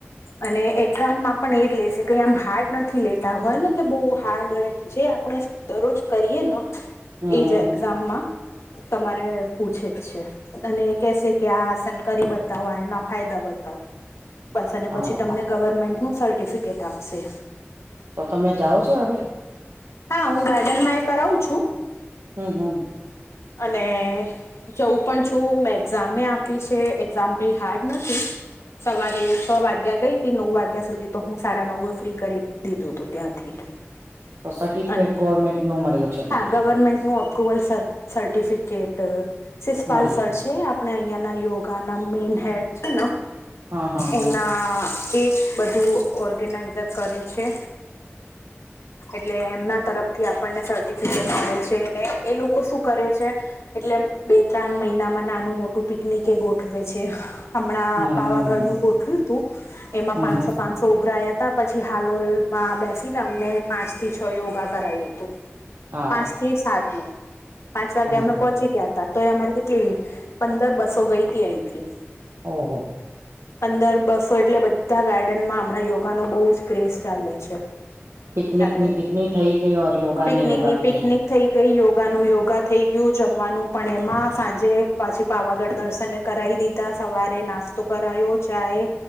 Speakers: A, on the left; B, on the right.
A: અને એક્ઝામમાં પણ એજ લેશે કઈ આમ હાર્ડ નથી લેતા હોય ને કે બહુ હાર્ડ હોય. જે આપણે દરરોજ કરીએ ન
B: હમ
A: એજ
B: હમ
A: એક્ઝામમાં તમારે પૂછે જ છે. અને કેશે કે આ આસન કરી બતાવો આ એના ફાયદા બતાવો. બસ અને
B: હા
A: પછી તમને ગવર્મેન્ટનું સર્ટિફિકેટ આપશે.
B: તો તમે જાઓ છો હવે?
A: હા હું ગાર્ડન માં એ કરાવું છું.
B: હમ હમ.
A: અને જઉં પણ છું, મેં એક્ઝામે આપી છે, એક્ઝામ કઈ હાર્ડ નથી. સવારે છ વાગ્યા ગઈતી નવ વાગ્યા સુધી તો હું સાડા નવે ફ્રી કરી દીધું તું ત્યાંથી
B: તો સર્ટિફિકેટ
A: અને
B: ગવર્મેન્ટ નો મળ્યો છે તમે
A: હા ગવર્મેન્ટનું અપ પ્રુવલ સર સર્ટિફિકેટ સિસ્પાલ
B: મળ્યો
A: સર છે. જે આપણે અહિયાં ના યોગા ના મેન હેડ છેનો
B: હા હા હા
A: એના કેક બધું ઓર્ગેનાઈઝર કરે છે. એટલે એમના તરફથી આપણને સર્ટિફિકેટ મળે છે ને એ લોકો શું કરે છે. એટલે બે ત્રણ મહિનામાં નાનું મોટું પિકનિક એ ગોઠવે છે. હમણાં
B: હમ
A: પાવાગઢ
B: હમ
A: નું ગોઠવ્યું હતું એમાં
B: હમ
A: પાંચસો
B: હમ
A: પાંચસો છોઘરાયા હતા પછી હાલોલમાં બેસીને અમને પાંચ થી છ યોગા કરાયું હતું.
B: હારું
A: પાંચથી સાત ન પાંચ વાગે
B: હમ
A: અમે
B: હમ
A: પોહોંચી ગયા. તો એ અમારી કેટલી પંદર બસો ગઈ હતી અહીંથી
B: ઓહ.
A: પંદર બસો એટલે બધા ગાર્ડનમાં હમણાં યોગાનોો બહુ જ ક્રેઝ ચાલે છે.
B: પિકનિક
A: અને
B: ની પિકનિક થઈ ગઈ ઓર યોગા
A: પિકનિકની
B: ને યોગા ભી
A: પિકનિક થઈ. ગઈ યોગાનુંું યોગા થઈ ગયું જમવાનું પણ એમાં સાંજે પાછી પાવાગઢ દર્શન કરાવ દીધા સવારે નાસ્તો કરાયો ચાહે